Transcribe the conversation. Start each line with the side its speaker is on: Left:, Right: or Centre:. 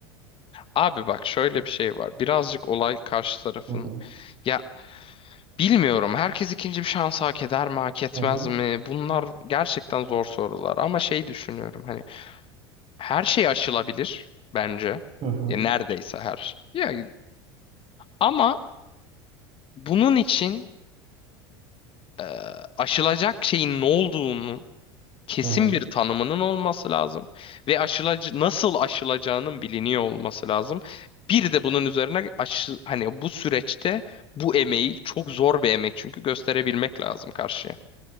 Left: Abi bak şöyle bir şey var. Birazcık olay karşı tarafın.
Right: Hı hı,
Left: Ya bilmiyorum. Herkes ikinci bir şans hak eder mi, hak etmez
Right: hı hı,
Left: mi? Bunlar gerçekten zor sorular. Ama şey düşünüyorum. Hani her şey aşılabilir bence.
Right: hı hı,
Left: Ya neredeyse her şey. Ya, ama bunun için e, aşılacak şeyin ne olduğunun kesin
Right: hı hı.
Left: bir tanımının olması lazım ve aşılacı nasıl aşılacağının biliniyor olması lazım. Bir de bunun üzerine aşı, hani bu süreçte bu emeği çok zor bir emek çünkü gösterebilmek lazım karşıya.